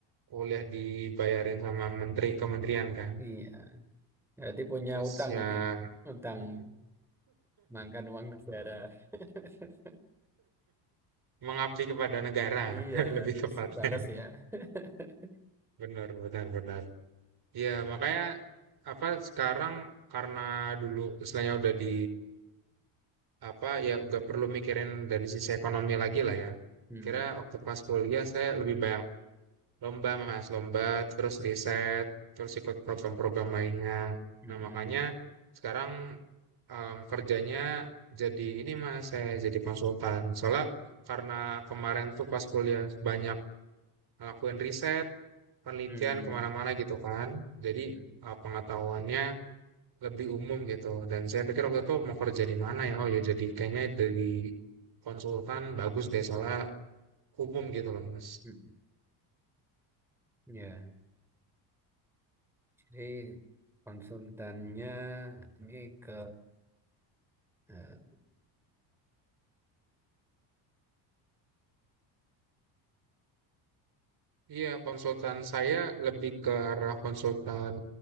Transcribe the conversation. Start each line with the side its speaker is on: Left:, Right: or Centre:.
Right: kuliah dibayarin sama menteri kementerian kan.
Centre: Iya, berarti punya
Right: Terus
Centre: utang
Right: ya,
Centre: ini, utang
Right: <laughs>
Centre: makan uang negara. <laughs>
Right: mengabdi kepada negara
Centre: Iya,
Right: <laughs> lebih
Centre: harus
Right: tepatnya
Centre: balas ya. <laughs>
Right: benar benar benar ya makanya apa sekarang karena dulu istilahnya udah di apa ya gak perlu mikirin dari sisi ekonomi lagi lah ya
Centre: Hmm,
Right: kira waktu pas kuliah saya lebih banyak lomba mas lomba terus riset terus ikut program-program lainnya
Centre: hmm,
Right: nah
Centre: hmm,
Right: makanya sekarang em, kerjanya jadi ini mas saya jadi konsultan soalnya karena kemarin tuh pas kuliah banyak ngelakuin riset penelitian
Centre: hmm,
Right: kemana-mana gitu kan. Jadi
Centre: hmm, hmm.
Right: eh, pengetahuannya lebih umum gitu. Dan saya pikir waktu itu mau kerja di mana ya? Oh ya jadi kayaknya dari konsultan bagus deh soalnya umum gitu loh Mas.
Centre: hmm. Ya, jadi konsultannya ini ke eh,
Right: Iya konsultan saya lebih ke arah konsultan